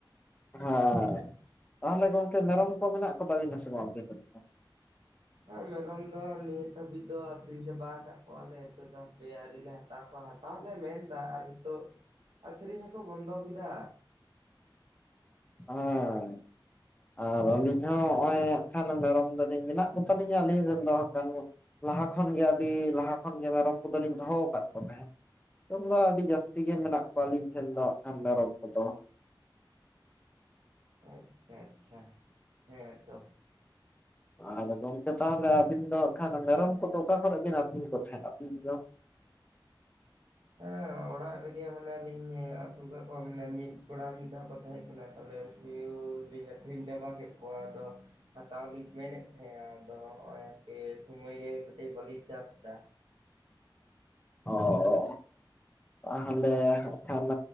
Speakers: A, on the left; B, on the right.
A: ᱦᱮᱸ ᱛᱟᱦᱚᱞᱮ ᱜᱚᱝᱠᱮ ᱢᱮᱨᱚᱢ ᱠᱚ ᱢᱮᱱᱟᱜ ᱠᱚ ᱛᱟᱵᱤᱱᱟ ᱥᱮ ᱵᱟᱝ ᱟᱵᱤᱱ ᱨᱤᱱ ᱫᱚ ᱦᱮᱸ
B: ᱦᱮ ᱢᱮᱨᱚᱢ ᱫᱚ ᱱᱤᱛ ᱦᱟᱹᱵᱤᱡ ᱫᱚ ᱟᱠᱷᱨᱤᱧ ᱪᱟᱵᱟ ᱠᱟᱫ ᱠᱚᱣᱟᱞᱮ ᱱᱤᱛᱚᱜ ᱫᱚ ᱦᱟᱯᱮ ᱟᱹᱨᱤᱞᱮ ᱦᱟᱛᱟᱣ ᱠᱚᱣᱟ ᱦᱟᱛᱟᱣᱟ ᱞᱮ ᱢᱮᱱ ᱮᱫᱟ ᱟᱨ ᱱᱤᱛᱚᱜ ᱟᱠᱷᱨᱤᱧ ᱦᱚᱸᱠᱚ ᱵᱚᱱᱫᱚ ᱠᱮᱫᱟ
A: <unintelligible>
B: <inaudible>
A: ᱟᱨ ᱟᱹᱞᱤᱧ ᱦᱚᱸ ᱦᱚᱜᱼᱚᱭ ᱦᱟᱸᱜ ᱠᱷᱟᱱ ᱢᱮᱨᱚᱢ ᱫᱚᱞᱤᱧ ᱢᱮᱱᱟᱜ ᱠᱚᱛᱟᱞᱤᱧᱟ ᱟᱹᱞᱤᱧ ᱨᱮᱱ ᱫᱚ ᱦᱟᱸᱜ ᱠᱷᱟᱱ ᱞᱟᱦᱟ ᱠᱷᱚᱱᱜᱮ ᱟᱹᱰᱤ ᱞᱟᱦᱟ ᱠᱷᱚᱱᱜᱮ ᱢᱮᱨᱚᱢ ᱠᱚᱫᱚᱞᱤᱧ ᱫᱚᱦᱚ ᱠᱟᱫ ᱠᱚ ᱛᱟᱦᱮᱸᱫ ᱫᱚᱢᱮ ᱟᱹᱰᱤ ᱡᱟᱹᱥᱛᱤ ᱜᱮ ᱢᱮᱱᱟᱜ ᱠᱚᱣᱟ ᱟᱹᱞᱤᱧ ᱴᱷᱮᱱ ᱫᱚ ᱦᱟᱸᱜ ᱠᱷᱟᱱ ᱢᱮᱨᱚᱢ ᱠᱚᱫᱚ
B: ᱟᱪᱪᱷᱟ ᱟᱪᱪᱷᱟ ᱦᱮᱸ ᱛᱚ
A: ᱟᱨ ᱜᱚᱝᱠᱮ ᱛᱟᱦᱚᱞᱮ ᱟᱹᱵᱤᱱ ᱫᱚ ᱦᱟᱸᱜ ᱠᱷᱟᱱ ᱢᱮᱨᱚᱢ ᱠᱚᱫᱚ ᱚᱠᱟ ᱠᱚᱨᱮᱜ ᱵᱤᱱ ᱟᱹᱛᱤᱧ ᱠᱚ ᱛᱟᱦᱮᱫ ᱟᱹᱛᱤᱧ ᱫᱚ
B: ᱦᱮᱸ ᱚᱲᱟᱜ ᱨᱮᱜᱮ ᱢᱟᱱᱮ ᱞᱤᱧ ᱟᱹᱥᱩᱞ ᱠᱟᱜ ᱠᱚᱣᱟ ᱢᱟᱱᱮ ᱢᱤᱫ ᱜᱚᱲᱟ ᱢᱤᱫ ᱫᱷᱟᱣ ᱠᱚ ᱛᱟᱦᱮᱸ ᱠᱟᱱᱟ ᱛᱟᱦᱚᱞᱮ ᱩᱱᱠᱩ ᱞᱤᱧ ᱟᱹᱠᱷᱨᱤᱧ ᱪᱟᱵᱟ ᱠᱮᱜ ᱠᱚᱣᱟ ᱟᱫᱚ ᱦᱟᱛᱟᱣ ᱞᱤᱧ ᱢᱮᱱᱮᱫ ᱛᱟᱦᱮᱜ-ᱟ ᱟᱫᱚ ᱦᱚᱜᱼᱚᱭ ᱦᱟᱯᱮ ᱥᱩᱢᱟᱹᱭ ᱜᱮ ᱠᱟᱹᱴᱤᱡ ᱵᱟᱞᱤᱧ ᱪᱟᱯ ᱫᱟ
A: ᱚ ᱚ ᱛᱟᱦᱞᱮ ᱦᱟᱸᱜ ᱠᱷᱟᱱ